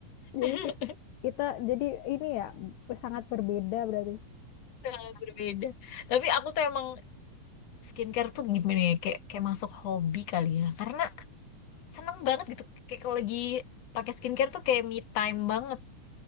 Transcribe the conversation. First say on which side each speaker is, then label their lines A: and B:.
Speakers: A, on the left; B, on the left.
A: jadi
B: <laughs>
A: ki- kita jadi ini ya sangat berbeda berarti.
B: sangat berbeda. Tapi aku tuh emang skincare tuh gimana ya, kayak kayak masuk hobi kali ya. Karena seneng banget gitu. Kayak kalau lagi pakai skincare tuh kayak me time banget,